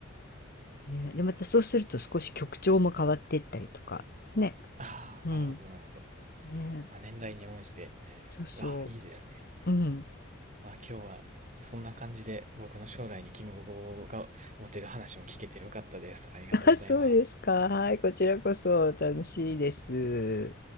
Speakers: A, on the left; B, on the right.
A: ね、で、またそうすると少し曲調も変わっていったりとか。ね。
B: ああ、
A: うん。
B: なるほど、なるほど。
A: ね。
B: まあ、年代に応じて。
A: そうそ
B: うわあ、いいですね。
A: う。うん。
B: まあ今日はそんな感じで僕の将来に希望が持てる話も聞けてよかったです。ありがとうございます。
A: <laughs> あ、そうですか。はい。こちらこそ楽しいです。